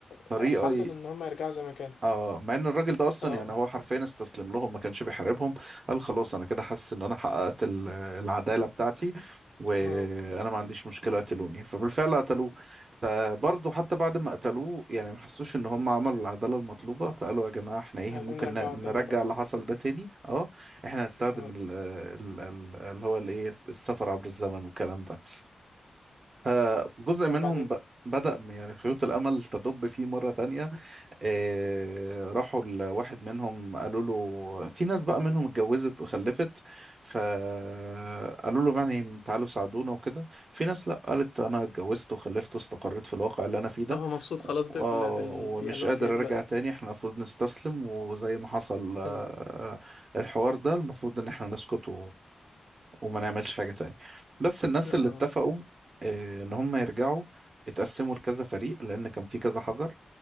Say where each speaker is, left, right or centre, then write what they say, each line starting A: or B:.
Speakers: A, on the right; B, on the left.
A: طريقة
B: حل لان هم يرجعوا زي ما كانوا
A: اه مع ان الراجل ده اصلا
B: اه
A: يعني هو حرفيا استسلم لهم ما كانش بيحاربهم قال خلاص انا كده حاسس ان انا حققت ال- العداله بتاعتي وانا
B: اه
A: ما عنديش مشكله قتلوني فبالفعل قتلوه فبرضه حتى بعد ما قتلوه يعني ما حسوش ان هم عملوا العداله المطلوبه فقالوا يا جماعه احنا ايه
B: عايزين
A: ممكن
B: نرجعه
A: ن-
B: الدنيا
A: نرجع
B: بقى
A: اللي حصل ده تاني اه احنا هنستخدم
B: اه
A: ال- ال- ال- اللي هو الايه السفر عبر الزمن والكلام ده فجزء
B: او
A: منهم
B: بعدين
A: ب- بدأ يعني خيوط الامل تدب فيه مره تانية آه، راحوا لواحد منهم قالوا له في ناس بقى منهم اتجوزت وخلفت فقالوا له يعني تعالوا ساعدونا وكده في ناس لا قالت انا اتجوزت وخلفت واستقريت في الواقع اللي انا فيه ده
B: اه هو مبسوط
A: و-
B: خلاص بال...
A: آه،
B: بالبيئة
A: ومش
B: اللي
A: قادر
B: هو فيها دلوقتي
A: ارجع تاني احنا المفروض نستسلم وزي ما حصل آه،
B: اه
A: الحوار ده المفروض ان احنا نسكت وما نعملش حاجة تاني بس الناس اللي
B: اه
A: اتفقوا آه، ان هم يرجعوا اتقسموا لكذا فريق لان كان في كذا حجر